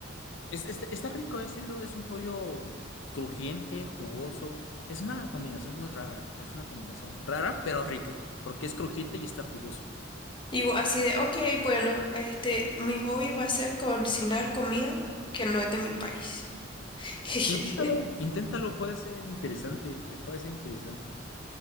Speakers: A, on the left; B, on the left.
A: Es, es- está rico, es, es un pollo crujiente, jugoso. Es una combinación muy rara, es una combinación rara pero rica, porque es crujiente y está jugoso.
B: Y bu- así de, ok, bueno, este, mi hobby va a ser cocinar comida que no es de mi país. <laughs>
A: Inténtalo, inténtalo, puede ser interesante, eh, puede ser interesante.